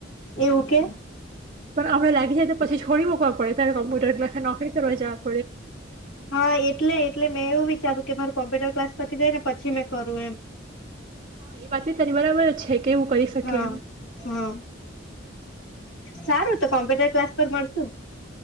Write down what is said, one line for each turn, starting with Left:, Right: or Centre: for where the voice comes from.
Left: એવું કે
Right: પણ આપણે લાગીય તો પછી છોડી મકવા પડે. ત્યારે કોમ્પ્યુટર ક્લાસે નોકરી કરવા જાવ.
Left: હા એટલે એટલે મેં એવું વિચારું. કે મારે કોમ્પ્યુટર ક્લાસ પરથી જાય ને પછી મેં કરું એમ.
Right: હા એ વાત બી તરી બરાબર છે કેવું કરી શકે
Left: હા
Right: એ.
Left: હા સારું તો કોમ્પ્યુટર ક્લાસ પર મળશું.